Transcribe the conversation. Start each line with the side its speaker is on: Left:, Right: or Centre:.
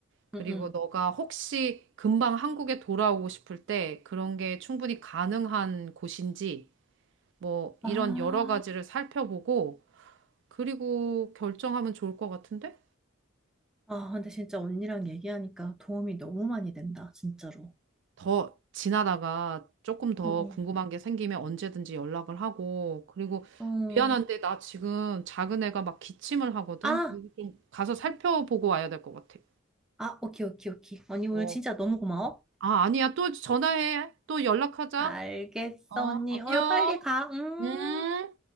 Right: 그리고
Centre: 응, 응.
Right: 너가 혹시 금방 한국에 돌아오고 싶을 때 그런 게 충분히 가능한 곳인지, 뭐 이런
Centre: 아.
Right: 여러 가지를 살펴보고 그리고 결정하면 좋을 것 같은데?
Centre: 아, 근데 진짜 언니랑 얘기하니까 도움이 너무 많이 된다, 진짜로.
Right: 더 지나다가 조금 더
Centre: 응, 응.
Right: 궁금한 게 생기면 언제든지 연락을 하고, 그리고
Centre: 응
Right: 미안한데 나 지금 작은 애가 막 기침을 하거든?
Centre: 아,
Right: 그리고 좀 가서 살펴보고 와야 될 것 같아.
Centre: 아, 오케이, 오케이, 오케이. 언니
Right: 어.
Centre: 오늘 진짜 너무 고마워.
Right: 아, 아니야. 또 전화해. 또 연락하자.
Centre: 알겠어,
Right: 어,
Centre: 언니.
Right: 안녕.
Centre: 어, 빨리 가. 음.
Right: 음.